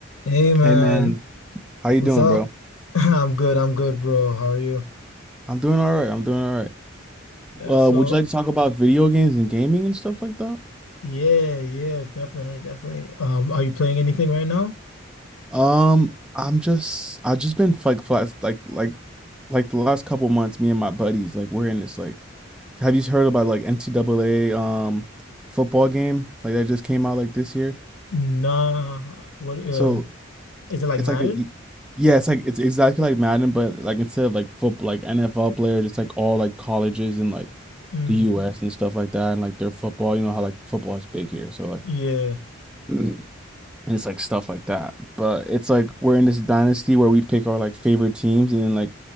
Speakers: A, on the left (about 80°); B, in the centre.
A: Hey man,
B: Hey man, how you
A: what's
B: doing,
A: up?
B: bro?
A: <laughs> I'm good, I'm good, bro. How are you?
B: I'm doing all right. I'm doing all right.
A: Yeah,
B: Uh,
A: so
B: would you like to talk about video games and gaming and stuff like that?
A: yeah, yeah, definitely, definitely. Um, are you playing anything right now?
B: Um, I'm just I've just been like flat like like like the last couple months, me and my buddies, like we're in this like have you heard about like NCAA um football game like that just came out like this year?
A: Nah. What um
B: So
A: is it like
B: It's
A: Madden?
B: like a, yeah, it's like it's exactly like Madden, but like instead of like football, like NFL players, it's like all like colleges and like
A: Mm,
B: the U.S. and stuff like that, and like their football. You know how like football is big here, so like,
A: yeah.
B: <clears throat> and it's like stuff like that. But it's like we're in this dynasty where we pick our like favorite teams, and then like